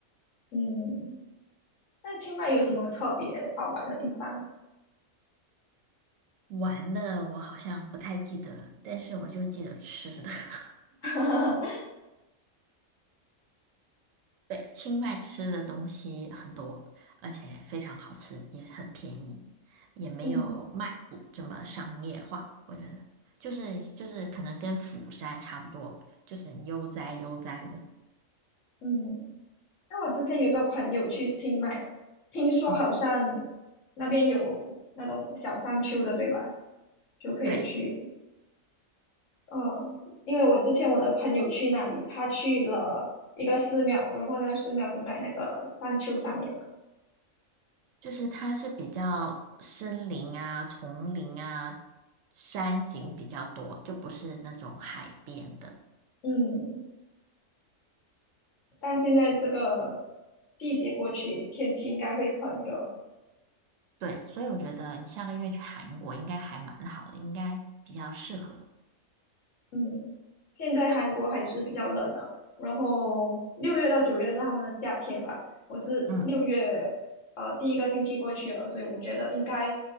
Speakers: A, on the left (about 65°); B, on the right (about 75°).
A: 嗯，那清迈有什么特别好玩的地方？
B: 玩的我好像不太记得了，但是我就记得吃的。<laughs>
A: <laughs>
B: 对，清迈吃的东西很多，而且非常好吃，也很便宜，也没有曼谷这么商业化。
A: 嗯
B: 我觉得，就是就是可能跟釜山差不多，就是悠哉悠哉的。
A: 嗯，那我之前有个朋友去清迈，听说好像
B: 嗯，
A: 那边有那种小山丘的，对吧？就可以去。
B: 对，
A: 嗯，因为我之前我的朋友去那里，他去了一个寺庙，然后那个寺庙是在那个山丘上面的。
B: 就是它是比较森林啊、丛林啊、山景比较多，就不是那种海边的。
A: 嗯，但现在这个季节过去，天气应该会很热。
B: 对，所以我觉得你下个月去韩国应该还蛮好的，应该比较适合。
A: 嗯，现在韩国还是比较冷的，然后六月到九月是他们的夏天吧。我是六月呃第一个星期过去了，
B: 嗯。
A: 所以我觉得应该